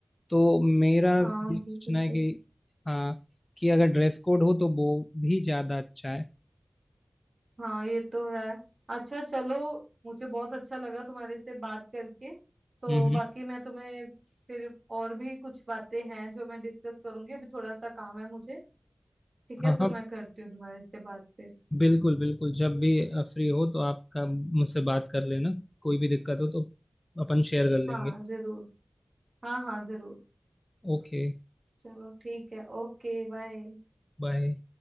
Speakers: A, on the left; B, on the right.
A: तो मेरा
B: हाँ
A: ये सोचना
B: बिल्कुल सही
A: है कि हाँ कि अगर ड्रेस कोड हो तो वो भी ज्यादा अच्छा है
B: हाँ ये तो है अच्छा चलो मुझे बहुत अच्छा लगा तुम्हारे से बात करके तो
A: हम्म हम्म।
B: बाकी मैं तुम्हें फिर और भी कुछ बातें हैं जो मैं डिस्कस करूंगी अभी थोड़ा सा काम है मुझे ठीक है
A: हाँ
B: तो
A: हाँ
B: मैं करती हूँ तुम्हारे से बात फिर
A: बिल्कुल बिल्कुल जब भी फ्री हो तो आप का- मुझसे बात कर लेना कोई भी दिक्कत हो तो अपन शेयर कर लेंगे
B: हाँ जरूर हाँ हाँ जरूर
A: Okay
B: चलो ठीक है ओके बाय
A: bye